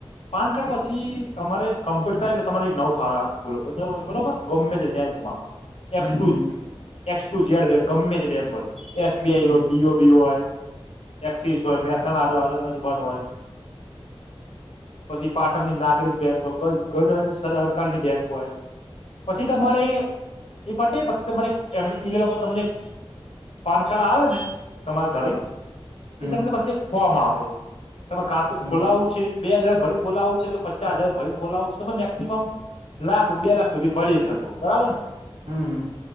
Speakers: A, on the left; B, on the right.
A: પાન કાર્ડ પછી તમારે કમ્પ્યુટ થાય એટલે તમારે એક નવું ખો બરોબર ગમે તે બેંક કોમા
B: હમ
A: એક્સ ટુ
B: હમ હમ હમ
A: એક્સ ટુ જેડ બેંક ગમે તે બેંક હોય એસ બી
B: હમ
A: આઈ હોય, બી ઓ બી હોય એક્સિસ હોય, મેસાના આર અરબન હોય પછી પાટણની નાગરિક બેંક હોય કઈ ગર ગજંન સરકારની બેંક હોય. પછી તમારે ઈ પટે પછી તમારે ઈ એમ ઈ લોકો તમને પાન કાર્ડ આવે ને તમારા
B: હા
A: ઘરે
B: હમ હમ
A: એ તમને પાછી ફોમ આપે. તેમાં ખાતું
B: હમ
A: ખોલાવું છે બે હજાર ભરીને ખોલાવું છે કે પચાસ હજાર ભરીને ખોલાવું છે, તમે મેક્સિમમ લાખ બે લાખ સુધી ભરી શકો, બરાબર.
B: હમ હમ